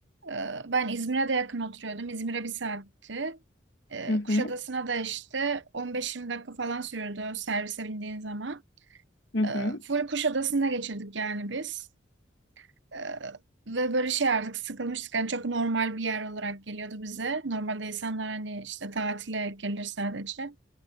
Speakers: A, on the right; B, on the left.
A: Ee, Ben İzmir'e de yakın oturuyordum. İzmir'e bir saatti. Ee,
B: Hı hı
A: Kuşadası'na da işte 15-20 dakika falan sürüyordu servise bindiğin zaman.
B: hı hı
A: Ee, Full Kuşadası'nda geçirdik yani biz. Ee, Ve böyle şey artık sıkılmıştık. Yani çok normal bir yer olarak geliyordu bize. Normalde insanlar hani işte tatile gelir sadece.